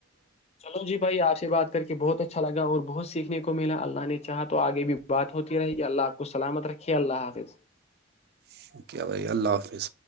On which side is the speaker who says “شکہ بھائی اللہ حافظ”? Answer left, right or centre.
Right